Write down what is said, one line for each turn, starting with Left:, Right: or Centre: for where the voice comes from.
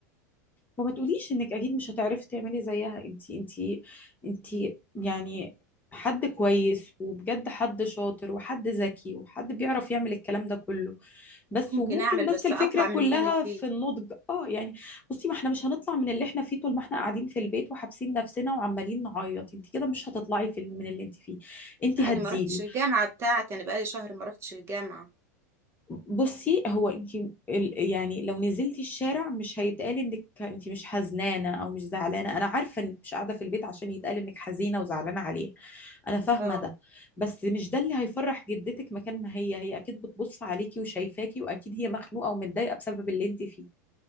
Left: وما تقوليش انك اكيد مش هتعرفي تعملي زيها انت انت انت يعني حد كويس وبجد حد شاطر وحد ذكي وحد بيعرف يعمل الكلام ده كله بس
Right: ممكن
Left: وممكن
Right: أعمل
Left: بس
Right: بس
Left: الفكرة
Right: أطلع
Left: كلها
Right: من اللي أنا فيه
Left: في النضج اه يعني بصي ما احنا مش هنطلع من اللي احنا فيه طول ما احنا قاعدين في البيت وحابسين نفسنا وعمالين نعيط انت كده مش هتطلعي في من اللي انت فيه انت
Right: أنا
Left: هتزيدي
Right: ما رحتش الجامعة بتاعتي أنا بقالي شهر ما رحتش الجامعة
Left: بصي هو انت ال- يعني لو نزلتي الشارع مش هيتقال انك انت مش حزنانة او مش زعلانة انا عارفة انك مش قاعدة في البيت عشان يتقال انك حزينة وزعلانة عليه انا فاهمة
Right: اه
Left: ده بس مش ده اللي هيفرح جدتك مكان ما هي هي اكيد بتبص عليكي وشايفاكي واكيد هي مخنوقة ومتضايقة بسبب اللي انت فيه